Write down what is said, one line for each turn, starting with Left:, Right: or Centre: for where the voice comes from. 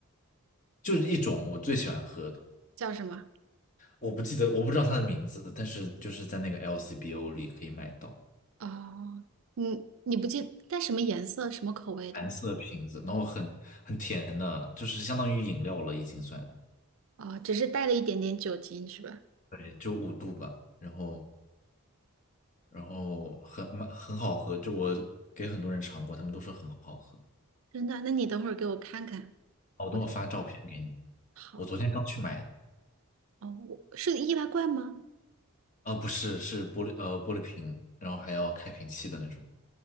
Left: 就是一种我最喜欢喝的，
Right: 叫什么？
Left: 我不记得，我不知道它的名字，但是就是在那个 LCBO 里可以买到
Right: 哦，你你不记带什么颜色、什么口味的？
Left: 蓝色瓶子，然后很很甜的，就是相当于饮料了已经算，
Right: 哦，只是带了一点点酒精是吧？
Left: 对，就五度吧，然后然后很蛮很好喝，就我给很多人尝过，他们都说很好喝。
Right: 真的，那你等会儿给我看看。
Left: 好，我等我发照片给你，
Right: 我好，
Left: 我昨天刚去买的，
Right: 哦，我是易拉罐吗？
Left: 哦，不是，是玻璃呃玻璃瓶，然后还要开瓶器的那种。